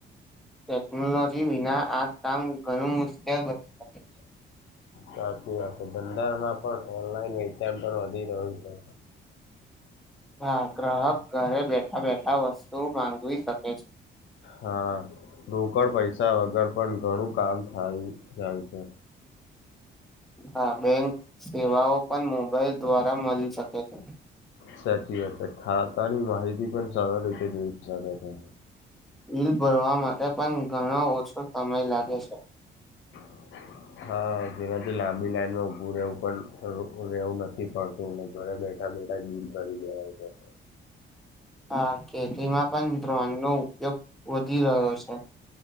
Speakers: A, in the centre; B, on the left (about 70°).
A: ટેકનોલોજી વિના આ કામ ઘણું મુશ્કેલ બની શકે છે.
B: સાચી વાત છે ધંધામાં પણ ઓનલાઈન વેચાણ પણ વધી રહ્યું છે.
A: હા ગ્રાહક ઘરે બેઠા બેઠા વસ્તુ માંગવી શક
B: હા લો ઉપડ પૈસા વગર પણ ઘણું કામ થાય જાય છે
A: હા બેંક સેવાઓ પણ મોબાઈલ દ્વારા મળી શકે છે
B: સાચી વાત છે ખાતાની માહિતી પણ સારળ રીતે જોઈ શકે છે
A: બીલ ભરવા માટે પણ ઘણો ઓછો સમય લાગે છે
B: <inaudible> હા જેમાંથી લાંબી લાઈનમાં ઉભું રહેવું પણ રહેવું નથી પડતું ને ઘરે બેઠ બેઠા બેઠા બીલ ભરી દેવાય છે
A: હા ખેતીમાં પણ ડ્રોન નો ઉપયોગ વધી રહ્યો છે.